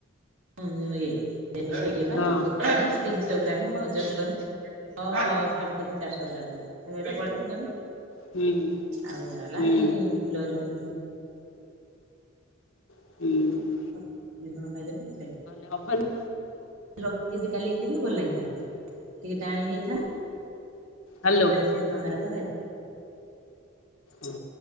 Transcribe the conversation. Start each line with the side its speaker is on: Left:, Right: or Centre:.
Right: ହୁଁ ଇଏ ଇଏ ତିନଶହ
Left: ହଁ
Right: ଗ୍ରାମ ମୁଁ ପା ଓଜନ କଲି ହଁ ସାଢେ ତିନି ଚାରିହ ଗ୍ରାମ ହେଲା ଏଟା ପଳେଇବ ଓଜନ
Left: ହୁଁ
Right: ଆଉ ଏଲା
Left: ହୁଁ
Right: ଏଇ ଫୁଲରୁ ଦିଖଣ୍ଡ
Left: ହୁଁ।
Right: ହଁ ଦୁଇ ଖଣ ଖାଇଦେଲେ ସଇଲା
Left: <unintelligible>
Right: ରଖି ଯଦି କାଲିକ ଖାଇଥିନେ ଭଲ ଲାଗିଥାନ୍ତା ଟିକେ ଟାଣ ହେଇଯାଇଥାନ୍ତା।
Left: ହାଲୋ
Right: ଥଣ୍ଡାଲା ତ ଖାଇ
Left: ଓ